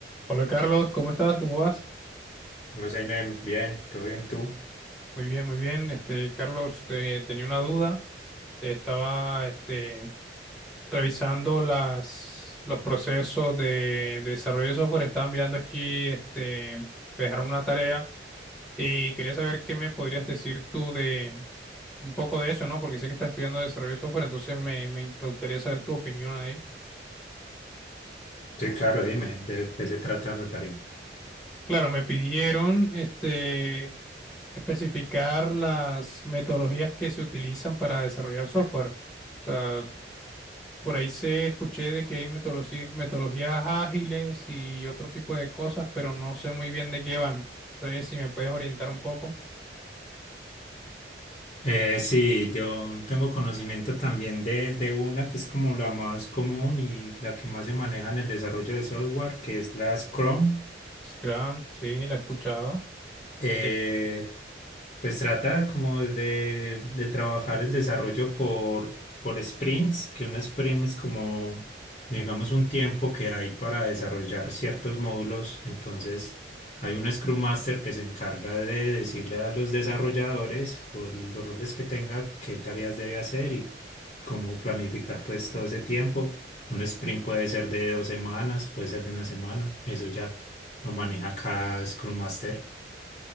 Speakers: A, in the centre; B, on the left.
A: Hola Carlos, ¿cómo estás? ¿Cómo vas?
B: No sé, Len, bien, todo bien tú.
A: Muy bien, muy bien. Este, Carlos, te, tenía una duda. Te estaba este, revisando las, los procesos de, de desarrollo de software. Estaba mirando aquí, este, me dejaron una tarea y quería saber qué me podrías decir tú de un poco de eso, ¿no? Porque sé que estás estudiando desarrollo de software, entonces me, me me gustaría saber tu opinión ahí.
B: Sí, claro, dime, ¿de qué se trata la tarea?
A: Claro, me pidieron este, especificar las metodologías que se utilizan para desarrollar software. O sea, por ahí se escuché de que hay metodologi- metodologías ágiles y otro tipo de cosas, pero no sé muy bien de qué van. Entonces, si me puedes orientar un poco.
B: Eh, sí, yo tengo conocimiento también de, de una que es como la más común y la que más se maneja en el desarrollo de software, que es la Scrum.
A: Scrum, sí, la he escuchado.
B: Eh,
A: De,
B: pues trata como de, de trabajar el desarrollo por, por sprints, que un sprint es como, digamos, un tiempo que hay para desarrollar ciertos módulos. Entonces, hay un Scrum Master que se encarga de decirle a los desarrolladores o los roles que tenga qué tareas debe hacer y cómo planificar pues todo ese tiempo. Un sprint puede ser de dos semanas, puede ser de una semana. Eso ya lo maneja cada Scrum Master.